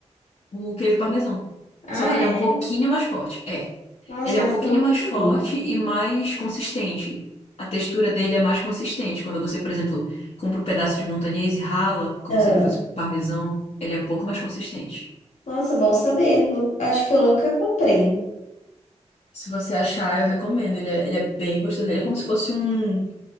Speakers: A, on the left; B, on the left.
A: o queijo parmesão.
B: Ah,
A: Só que ele
B: é?
A: é um pouquinho mais forte. É.
B: Nossa,
A: Ele é
B: eu
A: um
B: acho
A: pouquinho
B: que eu nunca
A: mais
B: comi.
A: forte e mais consistente. A textura dele é mais consistente. Quando você, por exemplo, compra um pedaço de montanhês e rala, como
B: Ah,
A: se ele fosse parmesão, ele é um pouco mais consistente.
B: nossa, bom saber. Nu- Acho que eu nunca comprei.
A: Se você achar, eu recomendo. Ele é, ele é bem gostoso. Ele é como se fosse um,